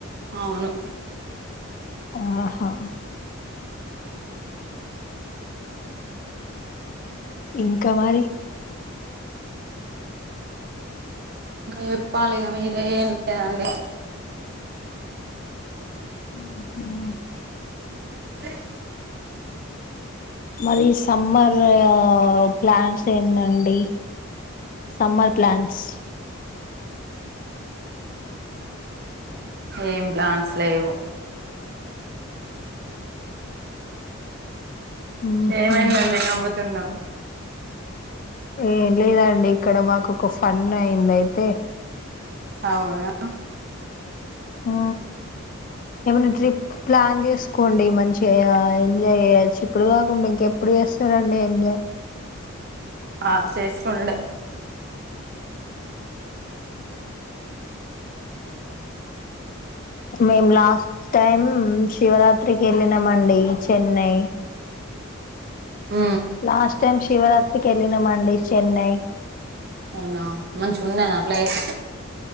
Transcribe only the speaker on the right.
అవును
చెప్పాలిగా మీర ఏం లేదండి
ఆ
ఏం ప్లాంస్ లేవు
ఏమైందండి నవ్వుతున్నావు
అవునా
ఆ చేసుకోనుడే
ఆ
అవునా మంచిగా ఉన్నదా ప్లేస్